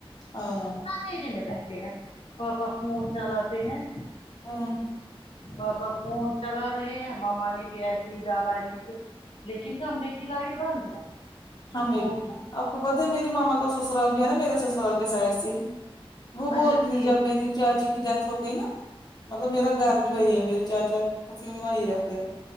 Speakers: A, on the left; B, on the left.
A: ہاں
B: دھیے میں بیٹتے ہیں پاپا فون چلاتے ہیں
A: ہمم
B: پاپا فون چلا رہے ہیں ماما نے بھی ایسے ہی ڈالا ہے پیچھے لیکن کمرے کی لائٹ بند ہے
A: ہمے
B: وہ
A: بھی آپ کو پتا ہے میری ماما کا سسرال بھی ہے نا میرے سسرال کے سائڈ سے ہی وہ
B: اچھا
A: بولتی
B: ٹھیک
A: تھی جب میری چاچی کی ڈیتھ ہو گئی نا مطلب میرا گھر
B: ہوں
A: بھی وہی ہے میری چاچاف بھی وہیں رہتے ہیں